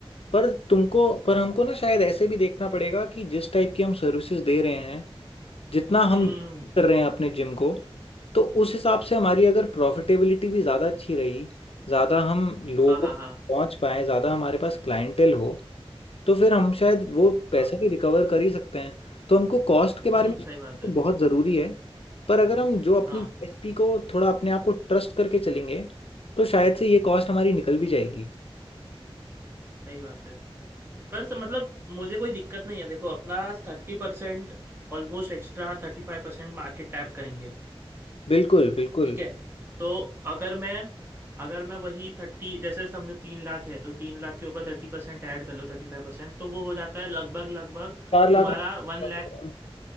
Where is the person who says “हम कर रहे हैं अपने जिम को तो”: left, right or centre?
Left